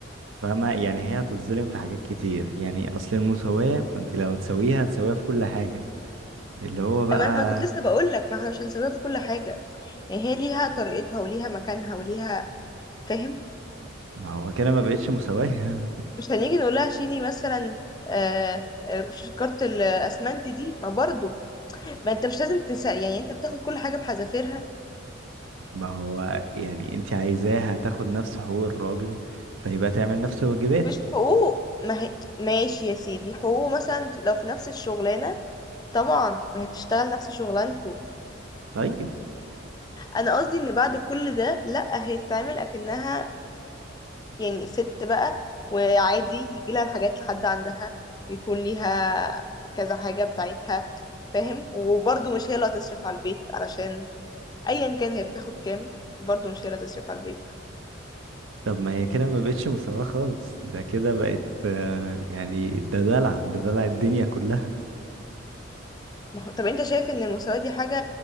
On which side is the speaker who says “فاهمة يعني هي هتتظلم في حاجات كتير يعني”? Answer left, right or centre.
Right